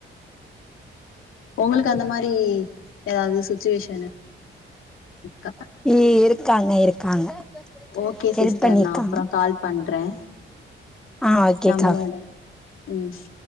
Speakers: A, on the left; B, in the centre.
A: ஒங்களுக்கு அந்த மாரி எதாது சுச்சுவேஷனு க்கா
B: இ இருக்காங்க இருக்காங்க
A: ஓகே
B: ஹெல்ப்
A: சிஸ்டர்
B: பண்ணிருக்காங்க
A: நா அப்றோ கால் பண்றே
B: ஆ ஓகேக்கா
A: நம்மளோட ம்